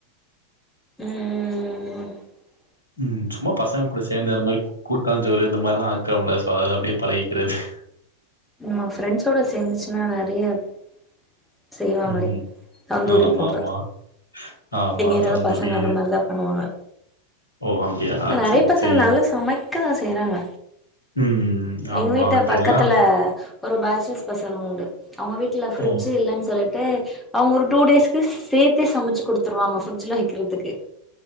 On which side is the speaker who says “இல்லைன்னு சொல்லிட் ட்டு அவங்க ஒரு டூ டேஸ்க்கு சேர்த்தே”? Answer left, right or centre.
Centre